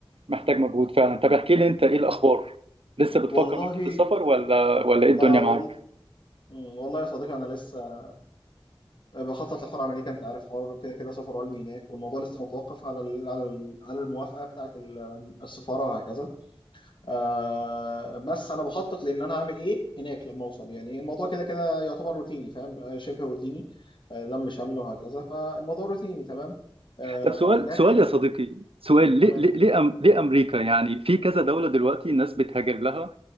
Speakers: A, on the right; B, on the left.
A: محتاج
B: مم.
A: مجهود فعلا طب احكي لي انت ايه الاخبار
B: مم.
A: لسه بتفكر
B: والله
A: برضه في السفر ولا ولا ايه الدنيا
B: آه
A: معاك
B: وال... مم. والله يا صديقي انا لسه بخطط لحوار امريكا انت عارف حوار كده كده سفر والدي هناك والموضوع لسه متوقف على ال على ال على الموافقه بتاعه ال- السفاره وهكذا آه بس انا بخطط لان انا هعمل ايه هناك لما اوصل يعني الموضوع كده كده يعتبر روتيني فاهم آه، شبه روتيني آه لم شمل وهكذا فالموضوع روتيني تمام آه
A: طب سؤال
B: لكن
A: سؤال يا صديقي سؤال ليه
B: تمام
A: ليه ليه, أم ليه امريكا يعني في كذا دولة دلوقتي الناس بتهاجر لها